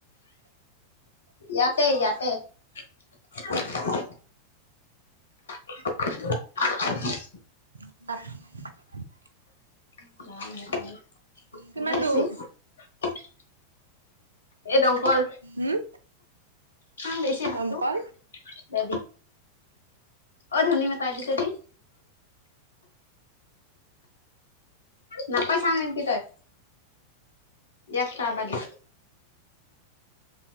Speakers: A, on the left; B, on the right.
A: ইয়াতে ইয়াতে <unintelligible> <unintelligible>
B: <unintelligible>
A: <unintelligible>
B: কিমান দূৰ
A: এই দংকল
B: হম
A: ভাং বেছি হাতো
B: দমকল
A: দাবি অ ধনী মতাই দি ত দি নাপাই চাং এনকে তই। য়াক টা বাদি